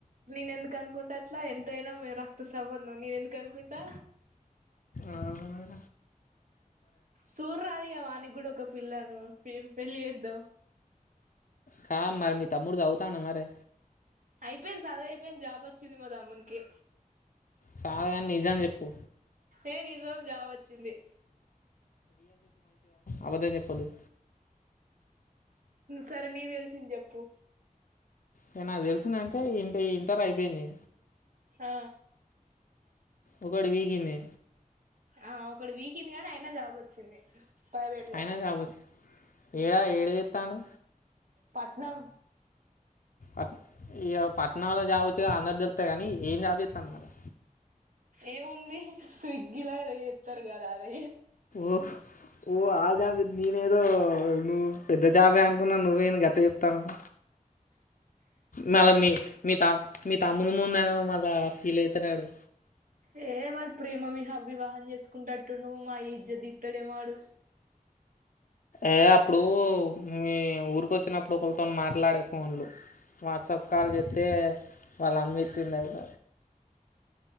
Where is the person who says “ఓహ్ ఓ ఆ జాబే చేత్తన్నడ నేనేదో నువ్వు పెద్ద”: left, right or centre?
Left